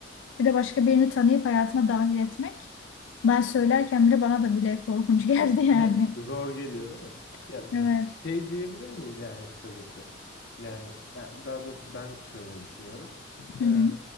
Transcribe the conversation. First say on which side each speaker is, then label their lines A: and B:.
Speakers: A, on the left; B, on the left.
A: Bir de başka birini tanıyıp hayatına dahil etmek. Ben söylerken bile bana da bile korkunç <laughs> geldi yani.
B: Evet, zor geliyor değil mi? Ya
A: Evet.
B: şey diyebilir miyiz yani kısacası? Yani, ya daha doğrusu ben şöyle düşünüyorum.
A: Hı
B: Ee,
A: hı.